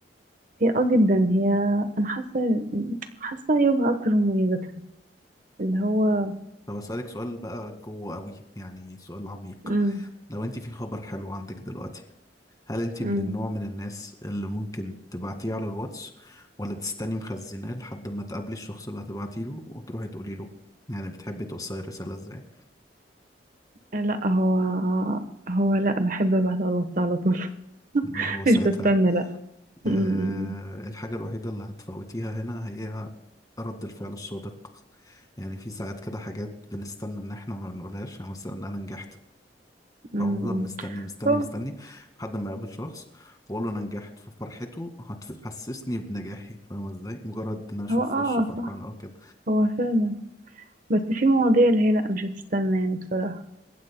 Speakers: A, on the right (about 50°); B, on the left (about 20°).
A: هي اه جدا هي انا حاسه حاسه عيوبها اكتر من مميزاتها اللي هو
B: طب أسألك سؤال بقى جوه قوي يعني سؤال عميق
A: امم
B: لو انت في خبر حلو عندك دلوقتي هل انت
A: امم
B: من النوع من الناس اللي ممكن تبعتيه على الواتس ولا تستني مخزناه لحد ما تقابلي الشخص اللي هتبعتي له وتروحي تقولي له يعني بتحبي توصلي الرسالة ازاي
A: لا هو هو لا بحب ابعت على الواتس على طول <laughs>
B: ما هو ساعتها
A: مش بستنى لا
B: آه
A: امم
B: الحاجة الوحيدة اللي هتفوتيها هنا هي رد الفعل الصادق يعني في ساعات كده حاجات بنستنى ان احنا ما بنقولهاش يعني مثلا انا نجحت
A: امم
B: فافضل مستني مستني
A: هو
B: مستني لحد ما اقابل شخص واقول له انا نجحت ففرحته هتحسسني بنجاحي فاهم ازاي مجرد ان انا اشوف
A: هو اه
B: وشه فرحان
A: صح
B: او كده
A: هو فعلا بس في مواضيع اللي هي لا مش هتستنى يعني بصراحه